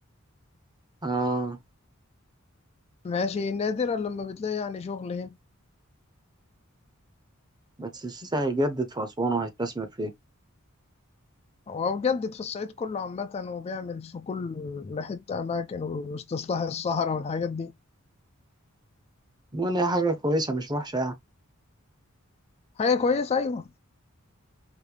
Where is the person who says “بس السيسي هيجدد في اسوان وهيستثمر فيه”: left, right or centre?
Right